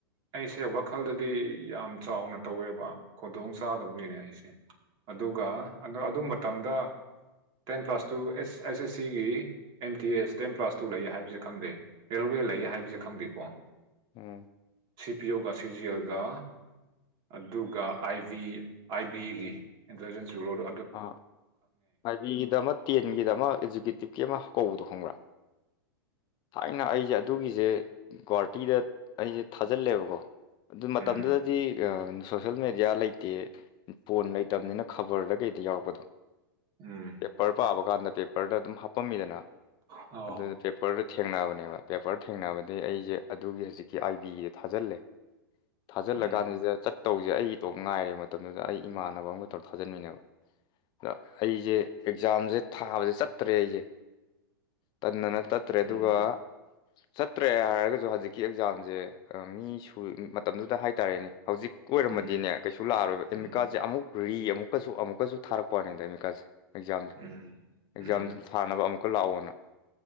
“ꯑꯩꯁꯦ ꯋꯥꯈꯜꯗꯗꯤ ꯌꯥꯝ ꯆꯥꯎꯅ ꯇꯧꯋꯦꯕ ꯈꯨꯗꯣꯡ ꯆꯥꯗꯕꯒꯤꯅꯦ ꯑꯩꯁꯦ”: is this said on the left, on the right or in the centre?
Right